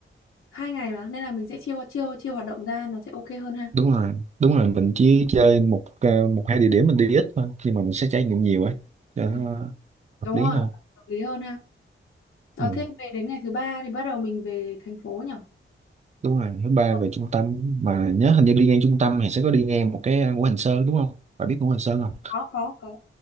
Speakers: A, on the left; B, on the right.
A: hai ngày mà nên là mình sẽ chia chia chia hoạt động ra nó sẽ ok hơn ha
B: đúng rồi đúng rồi mình chỉ chơi một ờ, một hai địa điểm mình đi ít thôi nhưng mà mình sẽ trải nghiệm nhiều ấy cho
A: Ừ,
B: nó
A: đúng
B: hợp lý
A: rồi
B: hơn
A: hợp lý hơn ha ờ
B: ừ.
A: thế về đến ngày thứ ba thì bắt đầu mình về thành phố nhỉ
B: đúng rồi thứ ba
A: Ờ,
B: về trung tâm mà nhớ hình như đi ngang trung tâm thì sẽ có đi ngang một cái ờ, Ngũ Hành Sơn đúng không bạn biết Ngũ Hành Sơn không
A: có có có